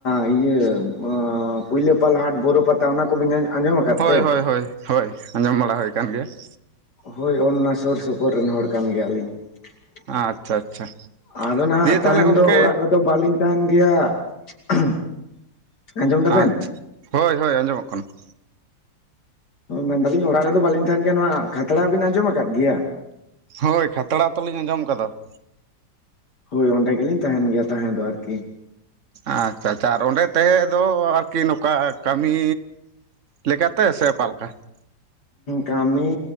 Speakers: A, on the left; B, on the right.
A: ᱤᱭᱟᱹ ᱠᱩᱭᱞᱟᱹᱯᱟᱞ ᱦᱟᱴ, ᱵᱳᱨᱳ ᱯᱟᱛᱟ ᱚᱱᱟ ᱠᱚᱵᱤᱱ ᱟᱸᱡᱚᱢ? ᱟᱠᱟᱫ
B: ᱦᱳᱭ
A: ᱛᱮ
B: ᱦᱳᱭ ᱦᱳᱭ, ᱦᱳᱭ ᱟᱸᱡᱚᱢ ᱵᱟᱲᱟ ᱦᱩᱭ ᱠᱟᱱ ᱜᱮᱭᱟ ᱾
A: ᱦᱳᱭ ᱚᱱ-ᱚᱱᱟ ᱥᱩᱨ ᱥᱩᱯᱩᱨ ᱨᱮᱱ ᱦᱚᱲ ᱠᱟᱱ ᱜᱮᱭᱟᱞᱤᱧ
B: ᱟᱪᱪᱷᱟ
A: ᱾
B: ᱟᱪᱪᱷᱟ
A: ᱟᱫᱚ ᱱᱟᱦᱟᱜ
B: ᱫᱤᱭᱮ ᱛᱟᱦᱚᱞᱮ
A: ᱛᱟᱦᱮᱱ
B: ᱜᱚᱢᱠᱮ
A: ᱫᱚ ᱚᱲᱟᱜ ᱨᱮ ᱛᱚ ᱵᱟᱹᱞᱤᱧ ᱛᱟᱦᱮᱱ ᱜᱮᱭᱟ <unintelligible> ᱟᱸᱡᱚᱢ
B: ᱟᱪᱷᱟ,
A: ᱫᱟᱵᱮᱱ
B: ᱦᱳᱭ ᱦᱳᱭ ᱟᱸᱡᱚᱢᱚᱜ ᱠᱟᱱᱟ ᱾
A: ᱢᱮᱱᱫᱟᱞᱤᱧ ᱚᱲᱟᱜ ᱨᱮᱫᱚ ᱵᱟᱹᱞᱤᱧ ᱛᱟᱦᱮᱱ ᱜᱮᱭᱟ, ᱱᱚᱣᱟ ᱠᱷᱟᱛᱲᱟ ᱵᱤᱱ ᱟᱸᱡᱚᱢ ᱟᱠᱟᱫ ᱜᱮᱭᱟ?
B: ᱦᱳᱭ ᱠᱷᱟᱛᱲᱟ ᱛᱚᱞᱤᱧ ᱟᱸᱡᱚᱢ ᱠᱟᱫᱟ ᱾
A: ᱦᱳᱭ ᱚᱸᱰᱮ ᱜᱮᱞᱤᱧ ᱛᱟᱦᱮᱱ ᱜᱮᱭᱟ ᱛᱟᱦᱮᱸ ᱫᱚ ᱟᱨᱠᱤ ᱾
B: ᱟᱪᱪᱷᱟ ᱪᱟ ᱟᱨ ᱚᱸᱰᱮ ᱛᱟᱦᱮᱸ ᱫᱚ ᱟᱨᱠᱤ ᱱᱚᱝᱠᱟ ᱠᱟᱹᱢᱤ ᱞᱮᱠᱟᱛᱮ ᱥᱮ ᱚᱠᱟᱞᱮᱠᱟ?
A: ᱠᱟᱹᱢᱤ